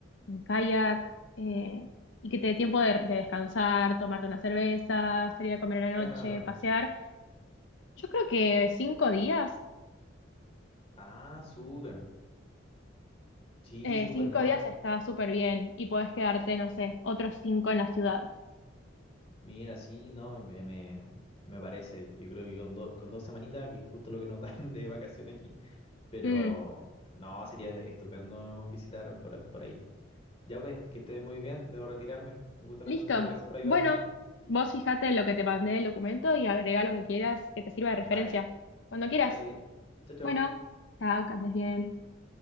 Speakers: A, on the left; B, on the left.
A: en kayak, eh, y que te dé tiempo de, de descansar, tomarte una cerveza, salir a comer en la
B: claro.
A: noche, pasear. Yo creo que cinco días,
B: Ah, súper. Sí,
A: eh,
B: súper,
A: cinco
B: ¿no?
A: días está súper bien y podés quedarte, no sé, otros cinco en la ciudad.
B: Mira, sí, no, me, me me parece. Yo creo que con, do- con dos semanitas, que es justo lo que nos <laughs> dan de vacación aquí, pero
A: Mm.
B: no, sería estupendo visitar por, a- por ahí. Ya pues, que estés muy bien, debo retirarme. Un gusto hablar
A: Listo.
B: contigo, gracias por ayudarme.
A: Bueno, vos fijate en lo que te mandé el documento y agrega lo que quieras que te sirva de
B: Vale,
A: referencia. Cuando quieras.
B: vale. Chao, chao.
A: Bueno, chao, que andes bien.